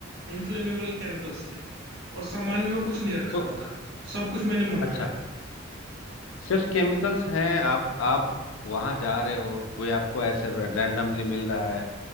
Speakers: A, on the right; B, on the left.
A: इन्फ्लेमेबल केमिकल्स थे और सामान भी वो कुछ नहीं रखा
B: तो
A: हुआ था सब कुछ मैंने मंगाया
B: अच्छा सिर्फ केमिकल्स हैं आप आप वहाँ जा रहे हो कोई आपको ऐसे रैंडमली मिल रहा है